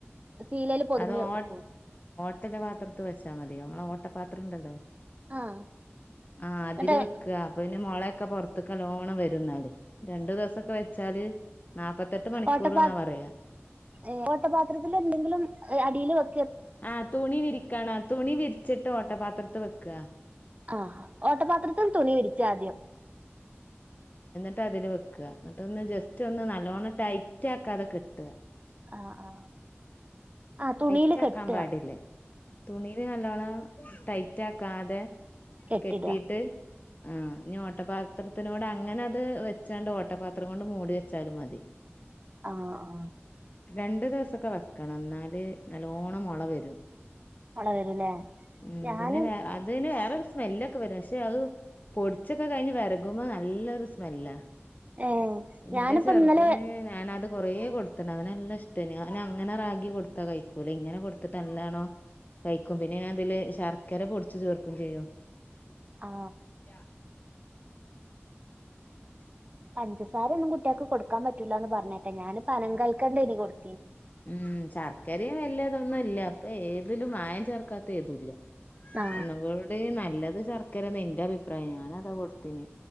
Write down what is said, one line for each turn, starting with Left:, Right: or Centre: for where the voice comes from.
Right: ശീലേൽ പൊതിഞ്ഞു
Left: അത് ഓ
Right: വെക്കും.
Left: <unintelligible> പാത്രത്ത് വച്ചാ മതി നമ്മള ഓട്ട പാത്രം ഇണ്ടല്ലോ
Right: ആഹ്
Left: ആഹ് അതില്
Right: എന്നിട്ട്
Left: വെക്കാ അപ്പൊ പിന്നെ മോളെ <unintelligible> പൊറത്ത്ക്ക് നല്ലോണം വരും എന്നാല് രണ്ടു ദിവസൊക്കെ വെച്ചാല് നാപ്പത്തെട്ട് മണിക്കൂർന്നാ
Right: ഓട്ട പാ
Left: പറയാ
Right: ഏഹ് ഓട്ട പാത്രത്തിൽ എന്തെങ്കിലും അടീല് വെ
Left: ആഹ് തുണി വിരിക്കണ തുണി വിരിച്ചിട്ട് ഓട്ടപാത്ര <unintelligible> വെക്കാ
Right: ആ ഓട്ടപാത്രത്തിൽ തുണി വിരിച്ചു ആദ്യം
Left: <unintelligible> അതില് വെ <unintelligible> എന്നിട്ട് ഒന്ന് ജസ്റ്റ് ഒന്ന് നല്ലോണം ടൈ <unintelligible>
Right: ആ ആ ആ തുണി
Left: റ്റക്കാൻ
Right: കെട്ട
Left: പാടില്ല തുണിൽ നല്ലോണം ടൈറ്റ ആ കാതെ
Right: കെട്ടിട
Left: കെട്ടീയിട്ട് ആഹ ഇനി ഓട്ടപാത്രത്തിനോട് അങ്ങനെ അത് വെച്ചാണ്ട് ഓട്ടപാത്രം കൊണ്ട് മൂടി വെച്ചാലും മതി
Right: ആ ആ
Left: രണ്ടു ദിവസൊക്കെ വെക്കണം എന്നാല് നല്ലോഓണം മുള വരും
Right: മള വരൂല്ലേ
Left: ഉ
Right: ഞാന്
Left: പിന്നെ വേ അത്ന് വേറെരു സ്മെല്ലൊക്കെ വരും പക്ഷെ അത് പൊടിച്ചൊക്കെ കഴിഞ്ഞ് വരകുമ്പോ നല്ലൊരു സ്മെല്ല
Right: ഏ
Left: ഇന്റെ
Right: ഞാനിപ്പോ
Left: ചെറുതിന്
Right: ഇന്നലെ
Left: ഞാനത് കൊറേ കൊടുത്തണ അവനെല്ല ഇഷ്ടന് അവന അങ്ങനെ റഗി കൊടുത്ത കഴ ക്കൂല ഇങ്ങനെ കൊടുത്തിട്ട് നല്ലതാണോ കഴിക്കും പിന്നെ ഞ അതില് ശർക്കര പൊടിച്ച് ചേർക്കും ചെയ്യോ
Right: ആ
Left: ഇല്ല
Right: പഞ്ചസാര ഒനും കുട്ടിആക്ക് കൊടുക്കാൻ പറ്റൂല്ല എന്ന് പറഞ്ഞേട്ടെ ഞാന് പനം കൽക്കണ്ടണ്ട് ഇനി കൊടു
Left: ഉം ശർക്കരയും വലതൊന്നും ഇല്ല അപ്പൊ ഏതിലും മായം ചേർക്കാത്ത ഏതും ഇല്ല
Right: ആ
Left: ഒന്നും കൂടി നല്ലത് ചർക്ക ർക്കരഎന്റെ അഭിപ്രായം ഞാന അതാ കൊടുത്തിന്